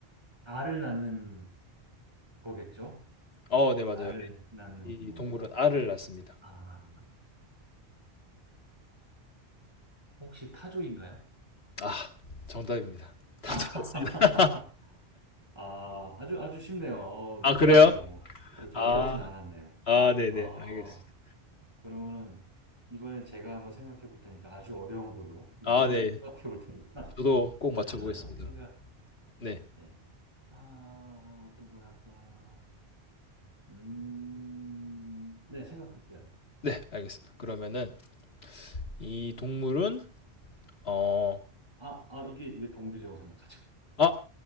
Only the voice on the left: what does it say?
어, 네, 맞아요.
이
동물은 알을 낳습니다.
아, 정답입니다. <laughs> 다틀습니다
아, 그래요?
아,
아, 네네,
알겠습니다.
아, 네.
저도
꼭 맞춰보겠습니다.
네,
네, 알겠습니다. 그러면은 이 동물은 어,
아,